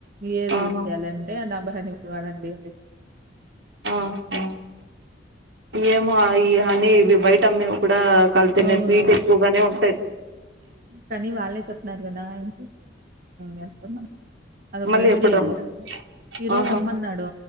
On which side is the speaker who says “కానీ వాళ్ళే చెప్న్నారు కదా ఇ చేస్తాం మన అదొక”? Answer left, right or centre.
Right